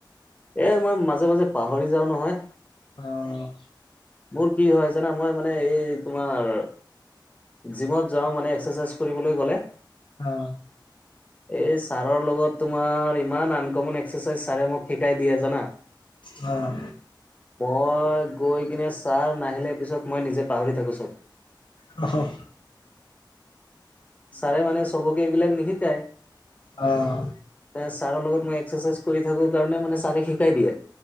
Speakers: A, on the left; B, on the left.
A: এ মই মাজে মাজে পাহৰি যাওঁ নহয়।
B: অঁ
A: মোৰ কি হয় জানা? মই মানে এই তোমাৰ জিমত যাওঁ মানে, এক্সাৰচাইজ কৰিবলৈ গ'লে
B: অঁ
A: এই ছাৰৰ লগত তোমাৰ ইমান আনকমন এক্সাৰচাইজ ছাৰে মোক শিকাই দিয়ে জানা
B: অ',
A: মই গৈ কিনে ছাৰ নাহিলে, পিছত মই নিজে পাহৰি থাকো চব।
B: অঁ
A: ছাৰে মানে চবকে এইবিলাক নিশিকায়
B: অঁ
A: এ ছাৰৰ লগত মই এক্সাৰচাইজ কৰি থাকো কাৰণে, মানে ছাৰে শিকাই দিয়ে।